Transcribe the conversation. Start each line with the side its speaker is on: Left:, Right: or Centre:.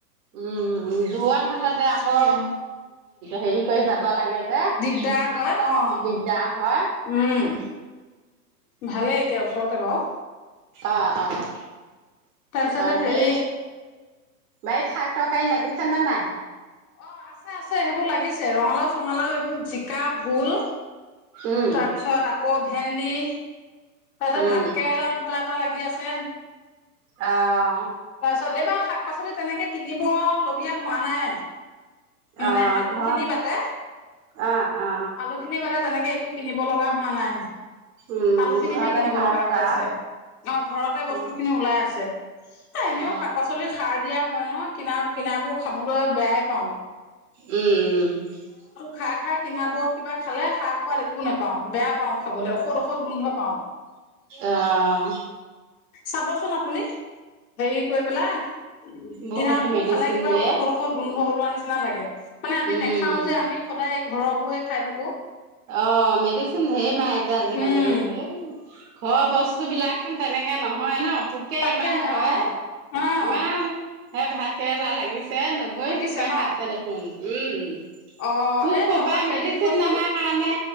Right: উম
Left: খোজকাঢ়িয়ে
Right: দূৰত হলে
Left: যাওঁ
Right: দে
Left: খোজকাঢ়ি
Right: আকৌ
Left: আহো
Right: হেৰি কৰি যাব লাগে যে
Left: দিগদাৰ
Right: দিগদাৰ
Left: হয় অ
Right: হয়
Left: উম ভালে এতিয়া ওচৰতে বাৰু
Right: অঁ অঁ অ
Left: তাৰপিছতে
Right: বাৰু
Left: হেৰি
Right: বে বাৰীত শাক তৰকাৰি লাগিছে নে নাই?
Left: অ আছে সেইবোৰ লাগিছে ৰঙালাও চঙালাও এইবোৰ জিক কা ভোল
Right: উম
Left: তাৰপিছত আকৌ ভেন্দি তাৰপিছত
Right: উম
Left: ভাত কেৰেলা দু তাত দুটা লাগি আছে
Right: আহ
Left: তাৰপিছত এইবাৰ শাক পাচলি তেনেকে কিনিব লগীয়া হোৱা নাই মানে
Right: অ
Left: আলুখিনি
Right: ঘৰ
Left: বাদে
Right: অ অ
Left: আলুখিনি বাদে তেনেকে একো কিনিব লগা হোৱা নাই
Right: উম
Left: আলু খিনিহে
Right: ঘৰতে
Left: কিনিব
Right: খাই
Left: লগা
Right: আছা
Left: হৈ আছে অ ঘৰতে বস্তু
Right: উম
Left: খিনি ওলাই আছে এনেও
Right: অ
Left: শাক পাচলিত সাৰ দিয়া হয় নহয় কিনা কিনাবোৰ খাবলৈ বেয়াই পাও
Right: উম উম
Left: খাই খাই কিন বোৰত কিবা খালে সা সোৱাদ একো নোপাওঁ বেয়া পাওঁ খাবলৈ ঔষধ ঔষধ গোন্ধ পাওঁ
Right: আহ
Left: চাবচোন আপুনি হেৰি কৰি পেলাই
Right: বহুত
Left: কিনাবোৰ
Right: মেডিচিন
Left: খালে কিবা
Right: দিয়ে
Left: ঔষধ ঔষধ গোন্ধ লোৱা নিচিনা লাগে মানে আমি
Right: উম
Left: নাখাও যে আমি সদায় ঘৰ বোৰে খাই থাকো
Right: অ মেডিচিন ধে মাই যে আজিকালি
Left: উম
Right: এ ঘৰ বস্তু বিলাক তেনেকে তেনেকে নহয়
Left: তাক
Right: ন পোকে
Left: তাকে
Right: ইমান ধৰে
Left: অ
Right: আমাৰ
Left: অ
Right: এই ভাত কেৰেলা লাগিছে হেতো গৈ
Left: লাগিছে
Right: পোকে
Left: ন
Right: খাইছে দেখোন উম
Left: অ
Right: পোক
Left: এই
Right: সোপা
Left: তলত হেৰি
Right: মেডিচিন
Left: দিবচোন
Right: নামাৰ কাৰণে